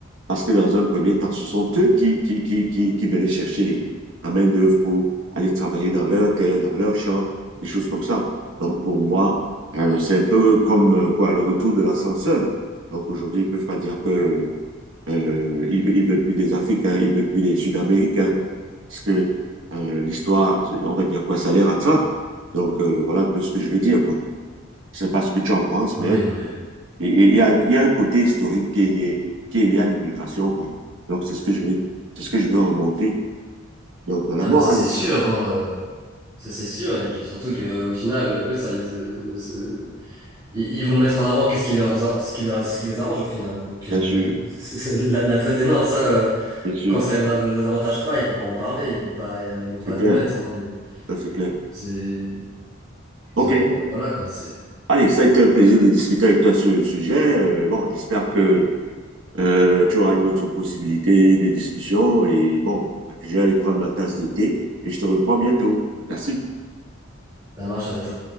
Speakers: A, on the right; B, on the right.
A: Parce que dans un premier temps, ce sont eux qui, qui, qui, qui, qui venaient chercher les, la main-d'œuvre pour aller travailler dans leur terre, dans leur champ, des choses comme ça. Donc pour moi, euh, c'est un peu comme euh, quoi le retour de l'ascenseur. Donc aujourd'hui, ils ne peuvent pas dire que euh, ils, veulent plus des Africains, ils ne veulent plus des Sud-Américains, parce que euh, l'histoire, on va dire quoi, ça les rattrape. Donc euh, voilà un peu ce que je veux dire, quoi. Je ne sais pas ce que tu en penses,
B: Ah
A: mais
B: oui, non mais,
A: et il y a, un- y a un côté historique qui est lié, qui est lié à l'immigration, quoi. Donc, c'est ce que je vais, c'est ce que je veux remonter. Donc, voilà.
B: ah
A: Bon,
B: mais ça
A: allez.
B: c'est sûr, hein, euh, ça c'est sûr. Et puis surtout que au final, euh, eux, ça les, euh, euh, ils, ils vont mettre en avant qu'est-ce qui leur, a- ce qui leur, ce qui les arrange au final. hein. Donc euh,
A: Bien sûr,
B: <laughs> la, la traite des nains, ça, euh,
A: bien sûr.
B: quand ça les, a- les avantage pas, ils vont pas en parler, ils vont pas, euh, ils vont
A: C'est
B: pas
A: clair.
B: le mettre. hein. Et
A: Ça, c'est clair.
B: c'est
A: OK.
B: Je veux Dire, euh, voilà quoi, c'est
A: Allez, ça a été un plaisir de discuter avec toi sur le sujet. Euh, bon, j'espère que euh, tu auras une autre possibilité de discussion. Et bon, je vais aller prendre ma tasse d'été et je te reprends bientôt. Merci.
B: ça marche, à bientôt.